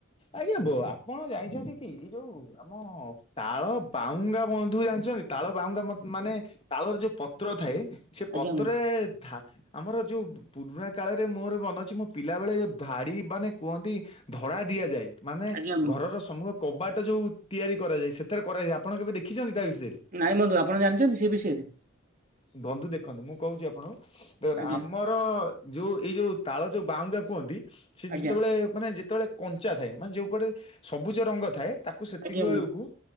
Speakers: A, on the left; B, on the right.
A: ଆଜ୍ଞା ବୋ ଆପଣ ଜାଣିଛନ୍ତି କି ଏଇ ଯୋଉ ଆମ ତାଳ ବାଉଙ୍ଗା ବନ୍ଧୁ ଜାଣିଛନ୍ତି ତାଳ ବାହୁଙ୍କା ମାନେ ତାଳର ଯୋଉ ପତ୍ର ଥାଏ ସେ
B: ଆଜ୍ଞା
A: ପତ୍ରରେ
B: ବନ୍ଧୁ
A: ଧା ଆମର ଯୋଉ ପୁରୁଣା କାଳରେ ମୋର ମନ ଅଛି ମୋ ପିଲାବେଳେ ଯୋଉ ଧାଡି ମାନେ କୁହନ୍ତି ଧଡା ଦିଆଯାଏ ମାନେ
B: ଆଜ୍ଞା ବନ୍ଧୁ
A: ଘର ସମ କବାଟ ଯୋଉ ତିଆରି କରାଯାଏ ସେଥିରେ କରାଯାଇଛି ଆପଣ କେବେ ଦେଖିଛନ୍ତି ତା ବିଷୟରେ
B: ନାଇଁ ବନ୍ଧୁ ଆପଣ ଜାଣିଛନ୍ତି ସେ ବିଷୟରେ
A: ବନ୍ଧୁ ଦେଖନ୍ତୁ ମୁଁ କହୁଛି ଆପଣଙ୍କୁ ଦେଖନ୍ତୁ
B: ଆଜ୍ଞା
A: ଆମର ଯୋଉ ଏଇ ଯୋଉ ତାଳ ଯୋଉ ବାଉଙ୍ଗା କୁହନ୍ତି ସେ
B: ଆଜ୍ଞା
A: ଯେତେବେଳେ ମାନେ ଯେତେବେଳେ କଞ୍ଚା ଥାଏ ମାନେ ଯୋଉପଟେ ସବୁଜ ରଙ୍ଗ ଥାଏ ତାକୁ ସେତିକି
B: ଆଜ୍ଞା
A: ବେଳକୁ
B: ବନ୍ଧୁ